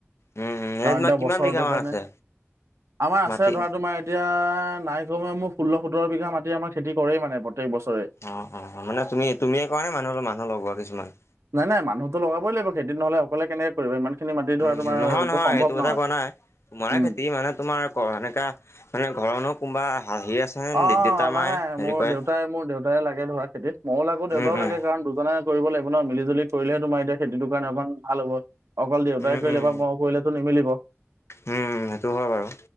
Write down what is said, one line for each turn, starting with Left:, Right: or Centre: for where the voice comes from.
Left: উম উম এনে
Right: কাৰণ
Left: তোমাৰ
Right: এটা
Left: কিমান
Right: বছৰটোৰ
Left: বিঘা মান
Right: কাৰণে,
Left: আছে
Right: আমাৰ আছে
Left: মাটি
Right: ধৰা তোমাৰ এতিয়া নাই কমেও মোৰ ষোল্ল-সোতৰ বিঘা মাটি আমাৰ খেতি কৰেই মানে প্ৰত্যেক বছৰে।
Left: অ', অ', মানে তুমি-তুমিয়ে কৰা নে, মানুহৰ মানুহ লগোৱা কিছুমান?
Right: নাই নাই মানুহতো লগাবই লাগিব, খেতিত নহলে অকলে কেনেকে কৰিবা ইমান খিনি মাটি
Left: উম,
Right: ধৰা তোমাৰ
Left: উম, নহয়
Right: এইটো
Left: নহয়
Right: সম্ভৱ
Left: সেইটো কথা
Right: নহয়।
Left: কোৱা নাই তোমাৰে
Right: উম।
Left: খেতি মানে তোমাৰ ক সেনেকা মানে ঘৰৰনো কোনোবা হাঁহি আছে
Right: অ',
Left: নে দেউতা
Right: নাই
Left: মায়ে
Right: নাই,
Left: হেৰি
Right: মোৰ
Left: কৰে
Right: দেউতাই মোৰ দেউতাই লাগে ধৰা খেতিত, মইয়ো লাগো দেউতাও
Left: উম, উম,
Right: লাগে কাৰণ দুজনে কৰিব লাগিব ন, মিলি-জুলি কৰিলেহে তোমাৰ এতিয়া খেতিতো কাৰণে অকমান ভাল হব। অকল দেউতাই
Left: উম,
Right: কৰিলে
Left: উম,
Right: বা মই কৰিলেতো নিমিলিব।
Left: উম, সেইটো হয় বাৰু।